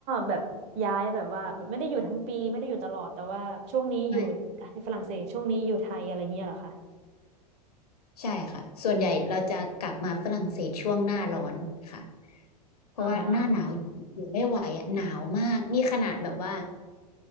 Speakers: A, on the right; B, on the left.
A: แบบย้ายแบบว่าแบบไม่ได้อยู่ทั้งปีไม่ได้อยู่ตลอดแต่ว่าช่วงนี้อยู่
B: ไม่
A: ฝรั่งเศสช่วงนี้อยู่ไทยอะไรเงี้ยเหรอคะ
B: ใช่ค่ะส่วนใหญ่เราจะกลับมาฝรั่งเศสช่วงหน้าร้อนค่ะเพราะว่าหน้าหนาวอยู่ไม่ไหวอะหนาวมากนี่ขนาดแบบว่า
A: อ๋อ